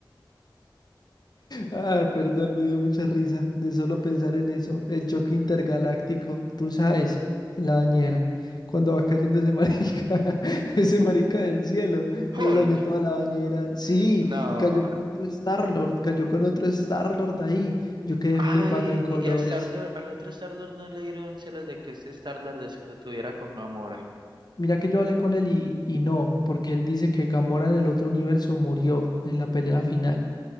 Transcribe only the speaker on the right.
Hulk,
no.
Ay,
y a Star-Lord, al otro Star-Lord no le dieron celos de que este Star-Lord estuviera con Gamora.